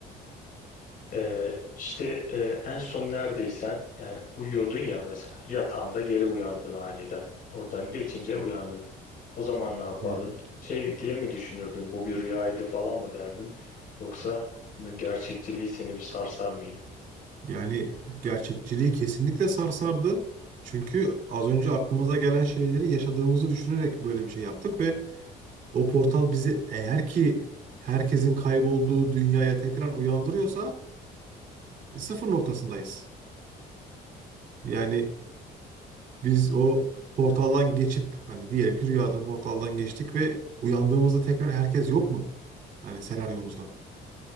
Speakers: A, on the left; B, on the right.
A: e, işte e, en son neredeysen yani uyuyordun ya mesela yatağında geri uyandın aniden. Oradan geçince uyandın. O zaman ne yapardın?
B: Hı.
A: Şey diye mi düşünürdün? Bu bir rüyaydı falan mı derdin? Yoksa bunun gerçekçiliği seni bir sarsar mıydı?
B: yani gerçekçiliği kesinlikle sarsardı. Çünkü az önce aklımıza gelen şeyleri yaşadığımızı düşünerek böyle bir şey yaptık ve O portal bizi eğer ki herkesin kaybolduğu dünyaya tekrar uyandırıyorsa e, sıfır noktasındayız. Yani biz o portaldan geçip hani diyelim ki rüyada portaldan geçtik ve uyandığımızda tekrar herkes yok mu? Hani senaryomuzda.